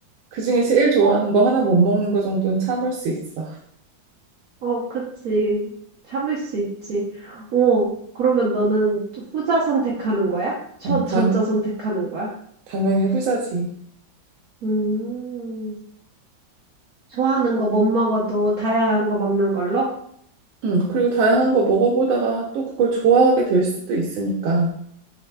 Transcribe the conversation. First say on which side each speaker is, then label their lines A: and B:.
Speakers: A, on the right; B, on the right.
A: 그중에 제일 좋아하는
B: 어
A: 거 하나 못 먹는 거 정도는 참을 수 있어.
B: 어 그치. 참을 수 있지. 어 그러면 너는 또 후자 선택하는 거야? 전
A: 어, 당,
B: 전자 선택하는 거야?
A: 당연히 후자지.
B: 음. 좋아하는 거 못 먹어도 다양한 거 먹는 걸로?
A: 음, 그리고 다양한 거 먹어보다가 또 그걸 좋아하게 될 수도 있으니까.